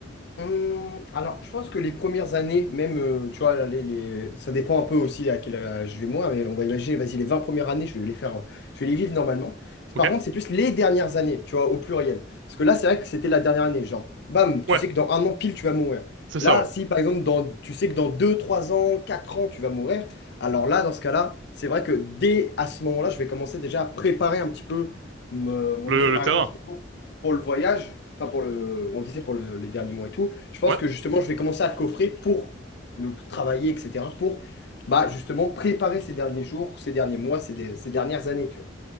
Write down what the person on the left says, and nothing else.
Hum, alors, je pense que les premières années, même, euh, tu vois, les, les- ça dépend un peu aussi à quel âge je vais moi, mais on va imaginer, vas-y, les 20 premières années, je vais les faire, euh, je vais les vivre normalement.
Par contre, c'est plus les dernières années, tu vois, au pluriel. Parce que là, c'est vrai que c'était la dernière année. Genre, bam, tu
sais que dans un an pile, tu vas mourir.
Là,
si par exemple, dans, tu sais que dans 2, 3 ans, 4 ans, tu vas mourir, alors là, dans ce cas-là, c'est vrai que dès à ce moment-là, je vais commencer déjà à préparer un petit peu me- mon
décès.
Par
exemple, pour le voyage, enfin, pour le, on disait pour le- les derniers mois et tout. Je pense
que justement, je vais commencer à coffrer pour donc, travailler, etc. Pour bah, justement préparer ces derniers jours, ces derniers mois, ces, dé- ces dernières années, tu vois.